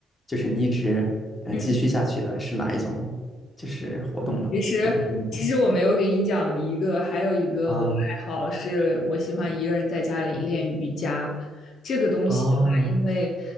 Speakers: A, on the left; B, on the left.
A: 就是你一直呃继续下去的是哪一种，
B: 嗯
A: 就是活动呢？
B: 其实，
A: 或者是运动？
B: 其实我没有给你讲一个，还有一个我的爱好是，
A: 啊，
B: 我喜欢一个人在家里练瑜伽。这个东西的话，
A: 哦，
B: 因为，